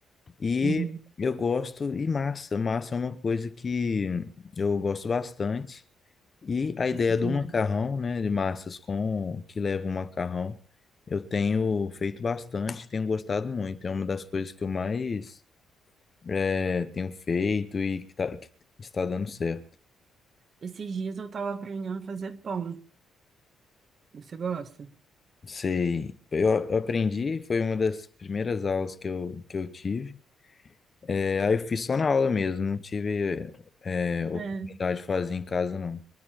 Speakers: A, on the left; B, on the right.
A: E
B: uhum.
A: eu gosto, e massa. Massa é uma coisa que eu gosto bastante. E a ideia
B: Isso também.
A: do macarrão, né, de massas com que leva o macarrão, eu tenho feito bastante, tenho gostado muito. É uma das coisas que eu mais eh, tenho feito e que, tá- que está dando certo.
B: Esses dias eu tava aprendendo a fazer pão. Você gosta?
A: Sei, eu eu aprendi, foi uma das primeiras aulas que eu, que eu tive. É, aí eu fiz só na aula mesmo, não tive é, oportunidade
B: É,
A: de fazer em casa, não.